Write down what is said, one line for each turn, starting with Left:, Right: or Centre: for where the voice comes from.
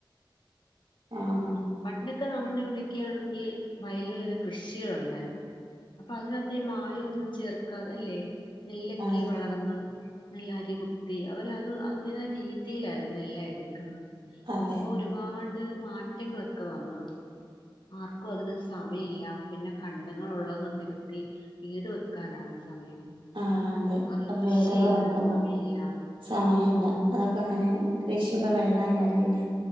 Right: ആഹ്.
Left: പണ്ടൊക്കെ നമ്മളെ ഇവിടെയൊക്കെ ആണെങ്കി വയലുകളിൽ കൃഷികളുണ്ടായിരുന്നു. അപ്പൊ അതിനാത്ത് മായം ഒന്നും ചേർക്കാതെ അല്ലേ നെല്ലൊക്കെ
Right: അതെ
Left: വളർന്ന് നെല്ലരി കുത്തി അവര് അത് അതി രീതിയിലായിരുന്നു എല്ലാം എടുക്കുന്നത്
Right: അതെ
Left: ഇപ്പൊ ഒരു ഒരുപാട് മാറ്റങ്ങളൊക്കെ വന്ന്. ആർക്കും അതിന് സമയില്ല പിന്നെ കണ്ടങ്ങൾ ഉള്ളത് നികത്തി വീട് വെക്കാനാണ് സമയം.
Right: ആഹ് അതെ
Left: അത്
Right: അ
Left: കൃഷി
Right: വീടിവിടെ
Left: ചെയ്യാനും
Right: വെക്കുന്നെ.
Left: സമയമില്ല
Right: സമയം ഇല്ല അതൊക്കെ അങ്ങനെ കൃഷിയൊക്കെ വെള്ള ആയാല് പിന്നെ